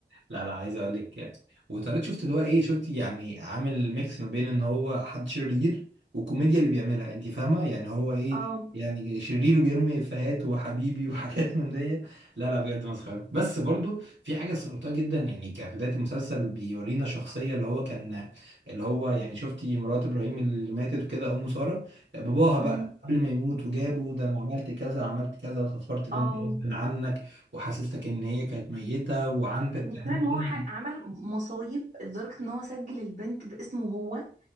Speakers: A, on the right; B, on the right.
A: لا لا عايز اقول لك وطارق شفت اللي هو ايه شفت يعني عامل ميكس ما بين ان هو حد شرير والكوميديا اللي بيعملها انت فاهمه يعني هو ايه
B: اه
A: يعني شرير وبيرمي افيهات وحبيبي <laughs> وحاجات من دي لا لا بجد مسخره بس برضو في حاجه استغربتها جدا يعني كبدايه المسلسل بيورينا شخصيه اللي هو كان اللي هو يعني شفتي مرات ابراهيم اللي ماتت وكده ام ساره باباها بقى
B: امم
A: قبل ما يموت وجابه ده انا عملت كذا عملت كذا وسفرت بنتي
B: اه
A: غصب عنك وحسستك ان هي كانت ميته وعندك
B: المشكلة
A: كمان
B: ان هو
A: ذهن
B: ح- عمل مصايب لدرجة ان هو سجل البنت باسمه هو